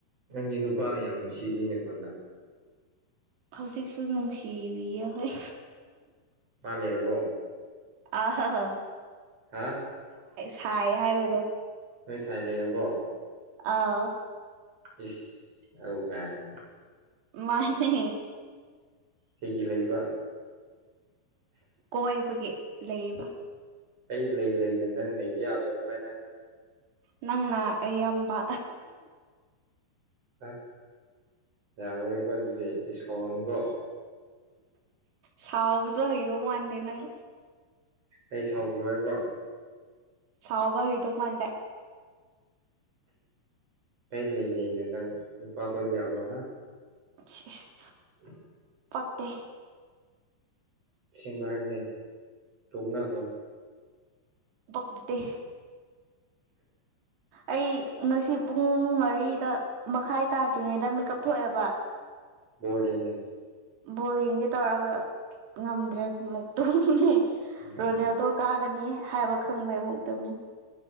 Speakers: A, on the right; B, on the right.
A: ꯅꯪꯒꯤ ꯅꯨꯄꯥꯅ ꯌꯥꯝ ꯅꯨꯡꯁꯤꯅꯤꯅꯦ ꯀꯣꯟꯗ
B: ꯍꯧꯖꯤꯛꯁꯨ ꯅꯨꯡꯁꯤꯕꯤꯣꯏ
A: ꯃꯥ ꯂꯩꯔꯕꯣ
B: ꯑꯍ ꯍ
A: ꯍꯥ
B: ꯁꯥꯏ ꯍꯥꯏ ꯑꯣꯏꯗꯣ
A: ꯅꯣꯏ ꯁꯥꯏ ꯂꯩꯔꯕꯣ
B: ꯑ
A: ꯏꯁ ꯑ ꯀꯥꯏꯅꯦ
B: ꯃꯥꯅꯤ
A: ꯀꯩꯒꯤ ꯂꯩꯕ
B: ꯀꯣꯏꯕꯒꯤ ꯂꯩꯕ
A: ꯑꯩ ꯂꯩ ꯂꯩꯅꯦ ꯅꯪ ꯅꯕ ꯌꯥꯕ꯭ꯔꯥ ꯑꯗꯨꯃꯥꯏꯅ
B: ꯅꯪꯅ ꯑꯌꯥꯝꯕ
A: ꯑ ꯌꯥꯕꯣꯏ ꯀꯗꯕꯤ ꯑꯩ ꯁꯑꯣꯅꯤꯀꯣ
B: ꯁꯥꯎꯕꯁꯨ ꯍꯩꯔ ꯃꯥꯟꯗꯦ ꯅꯪ
A: ꯑꯩ ꯁꯥꯎꯈ꯭ꯔꯣ ꯍꯥꯏꯕ꯭ꯔꯣ
B: ꯁꯥꯎꯕ ꯍꯗꯨ ꯃꯗꯦ
A: ꯑꯩ ꯂꯩ ꯂꯩꯅꯦ ꯅꯪ ꯅꯨꯄꯥ ꯀꯣꯏꯕ ꯌꯥꯕ꯭ꯔꯣ ꯍꯥꯏ
B: <unintelligible>
A: ꯎ
B: ꯄꯀꯦ
A: ꯆꯁꯤꯡꯕ ꯍꯥꯏꯕꯅꯤ ꯌꯣꯛꯅꯈ꯭ꯔꯣ
B: ꯄꯗꯤ ꯑꯩ ꯉꯁꯤ ꯄꯨꯡ ꯃꯔꯤꯗ ꯃꯈꯥꯏ ꯇꯥꯗ꯭ꯔꯤꯉꯩꯗ ꯃꯤꯦꯀꯞ ꯊꯣꯛꯑꯦꯕ
A: ꯣꯜꯔꯦꯦ
B: ꯕꯣꯜ ꯌꯦꯡꯒꯦ ꯇꯧꯔꯒ ꯉꯝꯗ꯭ꯔꯦ ꯑꯃꯨ ꯇꯨꯝ
A: ꯎꯝ
B: ꯔꯣꯅꯦꯜꯗꯣ ꯀꯥ ꯒꯅꯤ ꯍꯥꯏꯕ ꯈꯪꯕꯩ ꯑꯃꯨꯛꯇꯃꯤ